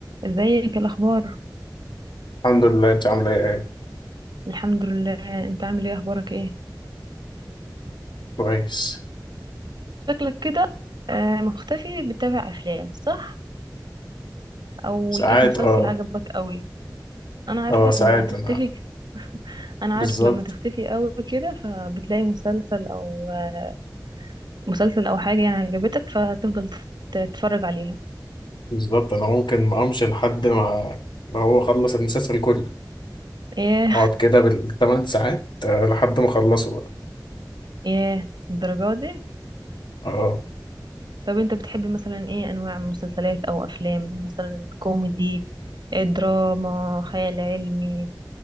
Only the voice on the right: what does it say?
ازيك الاخبار
الحمد لله انت عامل ايه اخبارك ايه
شكلك كده آه، مختفي بتتابع افلام صح او
لقيت مسلسل
عجبك قوي انا عارفك
لما تختفي
انا
عارف لما تختفي قوي كده فبتلاقي مسلسل او آه، مسلسل او حاجه يعني عجبتك فتفضل تتفرج عليها
ايه
<laughs> ايه الدرجه دي
طب انت بتحبي مثلا ايه انواع من مسلسلات او افلام مثلا كوميدي إيه، دراما خيال علمي